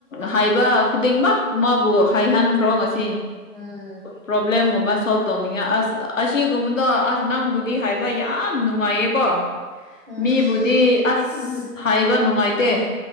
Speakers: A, on the left; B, on the right.
A: ꯍꯥꯏꯕ ꯈꯨꯗꯤꯡꯃꯛ ꯃꯥꯕꯨ ꯍꯥꯏꯍꯟꯈ꯭ꯔꯣ ꯉꯁꯤ
B: ꯑ
A: ꯄ꯭ꯔꯣꯕ꯭ꯂꯦꯝꯒꯨꯝꯕ ꯁꯣꯜꯕ ꯇꯧꯅꯤꯡꯉ ꯑꯁ ꯑꯁꯤꯒꯨꯝꯕꯗꯣ ꯑꯁ ꯅꯪꯕꯨꯗꯤ ꯍꯥꯏ ꯌꯥꯝ ꯅꯨꯡꯉꯥꯏꯌꯦꯀꯣ
B: ꯎꯝ
A: ꯃꯤꯕꯨꯗꯤ ꯑꯁ
B: ꯈꯪꯗꯦ
A: ꯍꯥꯏ ꯍꯥꯏꯕ ꯅꯨꯡꯉꯥꯏꯇꯦ